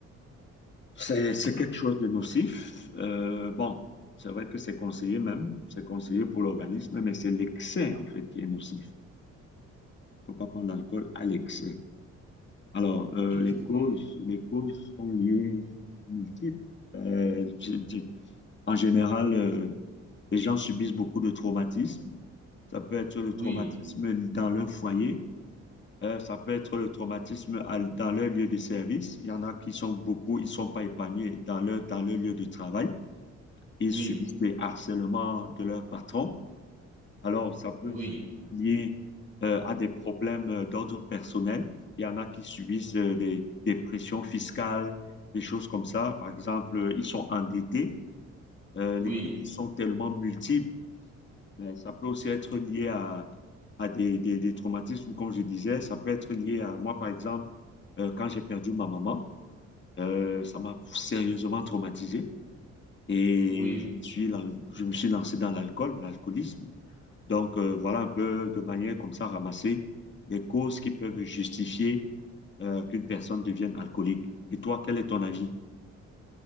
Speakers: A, on the left; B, on the right.
A: c'est, c'est quelque chose de nocif. Euh, bon, c'est vrai que c'est conseillé même, c'est conseillé pour l'organisme, mais c'est l'excès en fait qui est nocif. Il ne faut pas prendre l'alcool à l'excès. Alors, euh,
B: tout
A: les
B: excès.
A: causes, les causes sont liées, sont multiples. Euh, je- je- en général, euh, les gens subissent beaucoup de traumatismes. Ça peut être le
B: Oui,
A: traumatisme dans leur foyer. Euh, ça peut être le traumatisme à- dans leur lieu de service. Il y en a qui sont beaucoup, ils ne sont pas épanouis dans leur, dans leur lieu de travail. Ils
B: oui,
A: subissent des harcèlements de leur patron. Alors, ça peut
B: oui,
A: aussi être lié euh, à des problèmes euh, d'ordre personnel. Il y en a qui subissent euh, des, des pressions fiscales, des choses comme ça. Par exemple, euh, ils sont endettés. Euh,
B: oui,
A: les coûts sont tellement multiples ben, ça peut aussi être lié à, à des, des, des traumatismes, ou comme je disais, ça peut être lié à moi, par exemple, euh, quand j'ai perdu ma maman, euh, ça m'a sérieusement traumatisé et
B: oui.
A: je me suis, lan- je me suis lancé dans l'alcool, l'alcoolisme. Donc, euh, voilà un peu de manière comme ça ramasser les causes qui peuvent justifier euh, qu'une personne devienne alcoolique. Et toi, quel est ton avis?